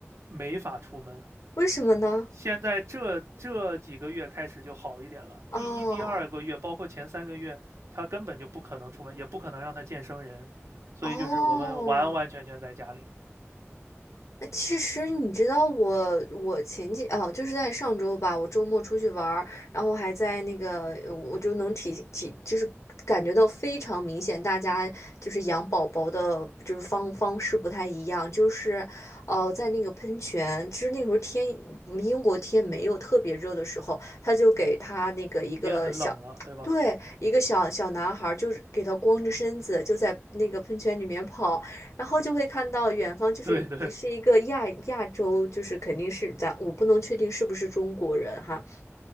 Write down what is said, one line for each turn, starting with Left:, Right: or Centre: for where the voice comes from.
Right: 没法出门。
Left: 为什么呢？
Right: 现在这这几个月开始就好一点了，
Left: 哦
Right: 第一、第二个月，包括前三个月，他根本就不可能出门，也不可能让他见生人，所以就是我们完完全全在家里，
Left: 哦，其实你知道我，我前几哦，就是在上周吧，我周末出去玩儿，然后还在那个，呃我就能体体，就是感觉到非常明显，大家就是养宝宝的，就是方方式不太一样，就是呃，哦在那个喷泉，其实那时候天，英国天没有特别热的时候，他就给他那个一个小。
Right: 已经很冷了，对吧？
Left: 对，一个小小男孩儿，就是给他光着身子，就在那个喷泉里面跑，然后就会看到远方就是也是一个亚亚洲，
Right: <laughs> 对对，
Left: 就是肯定是咱我不能确定是不是中国人哈，